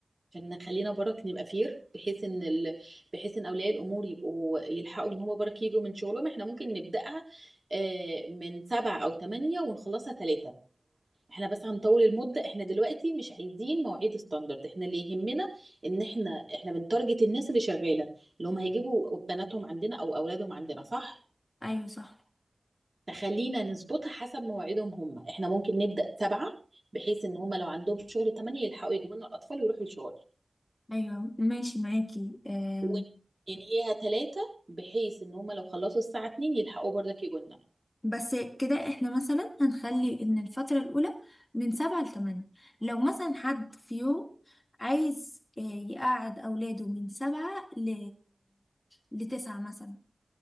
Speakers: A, on the right; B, on the left.
A: عشان نخلينا برك نبقى فير بحيث ان ال... بحيث ان اولياء الامور يبقوا يلحقوا ان هم برك يجوا من شغلهم احنا ممكن نبداها آه، من سبعة او ثمانية ونخلصها ثلاثة احنا بس هنطول المدة احنا دلوقتي مش عايزين مواعيد ستاندرد احنا اللي يهمنا ان احنا احنا بنتارجت الناس اللي شغالة اللي هم هيجيبوا بناتهم عندنا او اولادهم عندنا صح
B: ايوه صح
A: فخلينا نظبطها حسب مواعيدهم هم احنا ممكن نبدا سبعة بحيث ان هم لو عندهم شغل 8 يلحقوا يجيبوا لنا الاطفال ويروحوا الشغل
B: ايوه ماشي معاكي آم،
A: وننهيها ثلاثة بحيث ان هما لو خلصوا الساعة 2 يلحقوا برضك يجونا
B: بس كده احنا مثلا هنخلي ان الفترة الأولى من سبعة لتمانية لو مثلا حد في يوم عايز آه، يقعد أولاده من سبعة ل... لتسعة مثلا